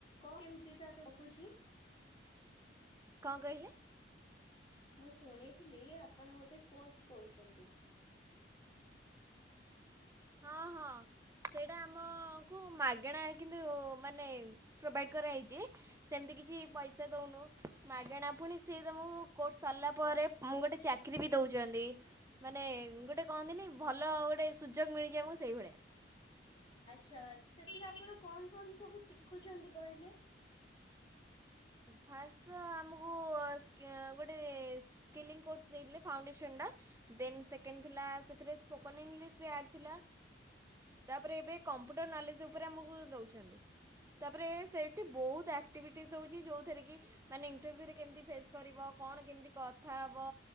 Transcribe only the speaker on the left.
କଣ କେମତି ତା ରହୁଛି?
ମୁଁ ଶୁଣିଥିଲି ଆପଣ ଗୋଟେ କୋର୍ସ କରୁଛନ୍ତି।
ଆଚ୍ଛା। ସେଥିରେ ଆପଣ କଣ କଣ ସବୁ ଶିଖୁଛନ୍ତି କହିଲେ?